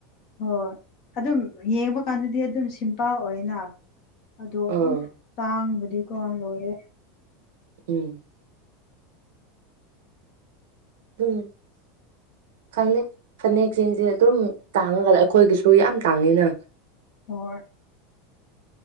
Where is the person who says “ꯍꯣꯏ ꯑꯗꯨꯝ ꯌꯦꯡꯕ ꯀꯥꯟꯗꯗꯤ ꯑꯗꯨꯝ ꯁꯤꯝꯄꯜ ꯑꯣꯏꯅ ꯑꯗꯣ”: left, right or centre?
Left